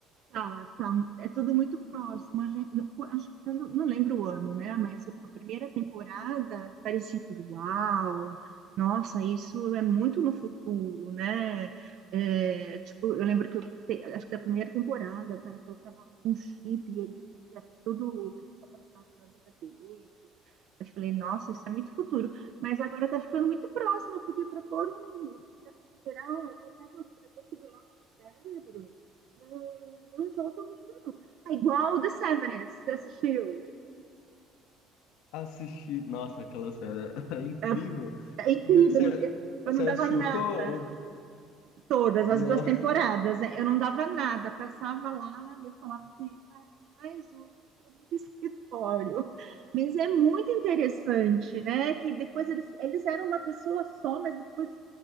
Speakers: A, on the right; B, on the left.
A: Tá, tá. É tudo muito próximo. A gente, não- acho que quando, não lembro o ano, né? Mas a primeira temporada parecia tudo uau, nossa, isso é muito no futuro, né? É, tipo, eu lembro que eu, te- acho que da primeira temporada o cara colocava um chip e ele via tudo o que tinha passado na vida dele. Eu falei, nossa, isso é muito futuro. Mas agora tá ficando muito próximo, porque para pôr um, tirar, colocar uma coisa dentro do nosso cérebro. Não, não volta muito, não. É igual o The Severance, você assistiu?
B: Assisti. Nossa, aquela série <laughs> é incrível.
A: É, é incrível,
B: Você,
A: eu não, eu
B: você
A: não
B: assistiu?
A: dava nada,
B: Tô, o-
A: todas
B: Não,
A: as duas temporadas, né? Eu não dava nada, passava lá e eu falava, gente, ai, mais um sobre o <laughs> escritório. Mas é muito interessante, né? Que depois eles, eles eram uma pessoa só, mas depois,